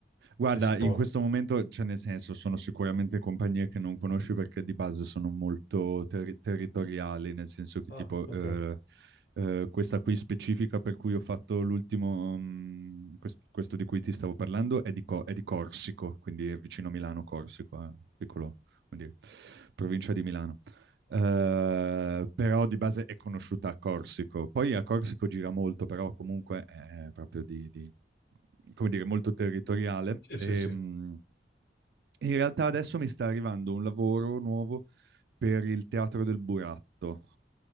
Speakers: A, on the right; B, on the left.
A: Guarda,
B: Se si può.
A: in questo momento, cioè nel senso, sono sicuramente compagnie che non conosci perché di base sono molto terri- territoriali, nel senso che
B: Ah,
A: tipo
B: ok.
A: eh, eh, questa qui specifica per cui ho fatto l'ultimo, mm, quest- questo di cui ti stavo parlando, è di, Co- è di Corsico, quindi è vicino a Milano, Corsico, eh, piccolo, come dire, provincia di Milano. Eh, però di base è conosciuta a Corsico. Poi a Corsico gira molto, però comunque è proprio di, di- come dire, molto territoriale.
B: Sì, sì,
A: E,
B: sì.
A: mh, in realtà adesso mi sta arrivando un lavoro nuovo per il Teatro del Buratto,